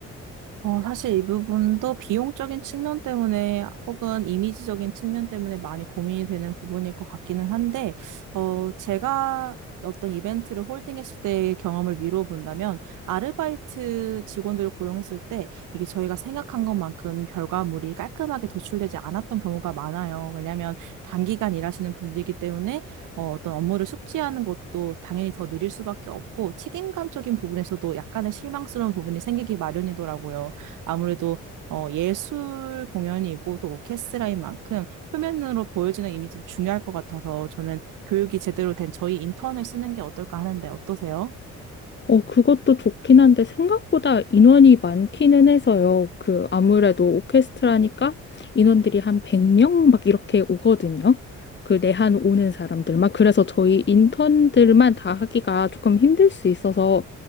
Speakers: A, on the right (about 90°); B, on the left (about 35°).
A: 어, 사실 이 부분도 비용적인 측면 때문에 혹은 이미지적인 측면 때문에 많이 고민이 되는 부분일 것 같기는 한데, 어, 제가 어떤 이벤트를 홀딩했을 때의 경험을 미루어 본다면, 아르바이트 직원들을 고용했을 때 이게 저희가 생각한 것만큼 결과물이 깔끔하게 도출되지 않았던 경우가 많아요. 왜냐하면 단기간 일하시는 분들이기 때문에 어, 어떤 업무를 숙지하는 것도 당연히 더 느릴 수밖에 없고 책임감적인 부분에서도 약간의 실망스러운 부분이 생기기 마련이더라고요. 아무래도 어, 예술 공연이고 또 오케스트라인 만큼 표면으로 보여지는 이미지도 중요할 것 같아서 저는 교육이 제대로 된 저희 인턴을 쓰는 게 어떨까 하는데 어떠세요?
B: 어, 그것도 좋긴 한데 생각보다 인원이 많기는 해서요. 그 아무래도 오케스트라니까 인원들이 한 100명 막 이렇게 오거든요. 그 내한 오는 사람들만. 그래서 저희 인턴들만 다 하기가 조금 힘들 수 있어서